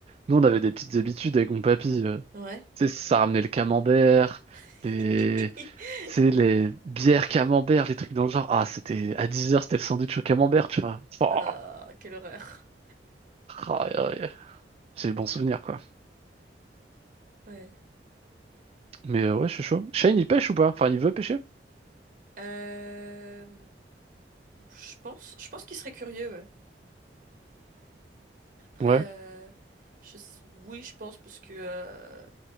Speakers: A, on the right (about 35°); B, on the right (about 50°).
A: Nous, on avait des petites habitudes avec mon papy. euh.
B: mm. Ouais.
A: Tu sais, ça ramenait le camembert,
B: <laughs>
A: les, tu sais, les bières camembert, les trucs dans le genre. Ah, c'était à dix heures c'était le sandwich au camembert, tu vois. Oh,
B: Ah, quelle horreur.
A: aïe, aïe. C'est les bons souvenirs, quoi.
B: Ouais.
A: Mais euh, ouais, je suis chaud. Shane, il pêche ou pas? Enfin, il veut pêcher?
B: Euh, je pense, je pense qu'il serait curieux, ouais. Après,
A: Ouais.
B: euh, je s- oui, je pense parce que euh,